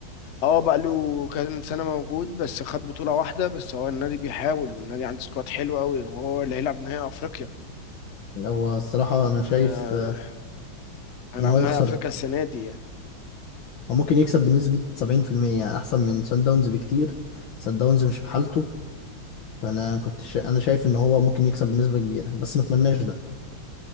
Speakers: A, on the left (about 55°); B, on the left (about 70°).
A: اه بقى له كام سنة موجود بس خد بطولة واحدة بس هو النادي بيحاول والنادي عنده سكواد حلو قوي وهو اللي هيلعب نهائي أفريقيا
B: هو الصراحه انا شايف
A: آه
B: آه،
A: هيلعب
B: ان هو
A: نهائي
B: يخسر
A: أفريقيا السنة دي يعني
B: هو ممكن يكسب بنسبة 70% أحسن من سان داونز بكتير سان داونز مش في حالته فأنا كنت شا... أنا شايف إن هو ممكن يكسب بنسبة كبيرة بس ما أتمناش ده